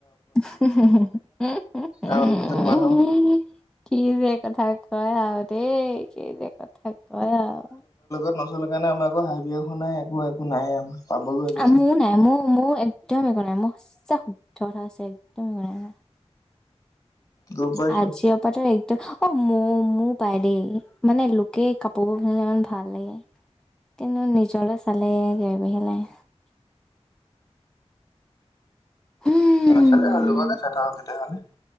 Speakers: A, in the centre; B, on the left (about 30°).
A: <unintelligible>
B: আন মানুহ
A: কি যে কথা কোৱা আৰু দেই, কি যে কথা কোৱা আৰু।
B: নচলে কাৰণে আমাৰ একো <unintelligible> নাই একো, একো নাই আমাৰ। পাবলৈও একো
A: আ' মোৰ নাই, মোৰ মোৰ একদম একো নাই, মোৰ চব শুদ্ধ হৈ আছে। মোৰ একদম একো নাই।
B: গম পাইছো
A: আজি অপাটো এক অ' মো-মোৰ পাই দেই, মানে লোকে কাপোৰবোৰ পিন্ধিলে ইমান ভাল লাগে। কিন্তু নিজলে চালে বেয়া বেয়াহে লাগে। হুম।
B: নাচালে হ'ল লোককে চাই থাকা তেতিয়াহলে।